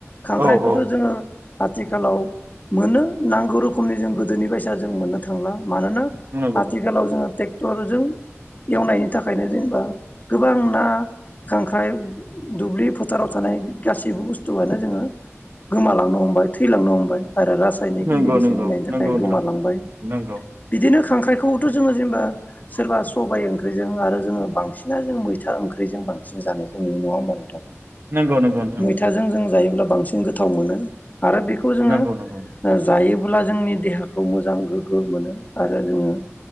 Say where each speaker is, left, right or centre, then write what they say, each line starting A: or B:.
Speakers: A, on the left (about 35°); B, on the right (about 50°).
A: खांख्राइखौथ'
B: औ औ
A: जोङो आथिखालाव मोनो नांगौ रोखोमनि जों गोदोनि बायसा जों मोननो थांला। मानोना
B: नंगौ
A: आथिखालाव जोङो टेक टरजों एवनायनि थाखायनो जेनेबा गोबां ना खांख्राइ दुब्लि फोथ फोथाराव थानाय गासैबो बुस्थुआनो जोङो गोमालांनो हमबाय थैलांनो हमबाय। आरो रासायनिक
B: नंगौ
A: मेडिसिन
B: नंगौ
A: होनायनि थाखाय
B: नंगौ नोंथां
A: गोमालांबाय
B: नंगौ
A: बिदिनो खांख्राइखौथ' जोङो जेनेबा सोरबा सबाय ओंख्रिजों आरो जोङो बांसिन जों मैथा ओंख्रिजों बांसिन जानायखौ नुयो नङा होमबा नोंथां?
B: नंगौ नंगौ नोंथां
A: मैथाजों जों जायोब्ला बांसिन गोथाव मोनो। आरो बेखौ जोङो
B: नंगौ नंगौ
A: ओ जायो अब्ला जोंनि देहाखौ मोजां गोग्गो मोनो आरो जोङो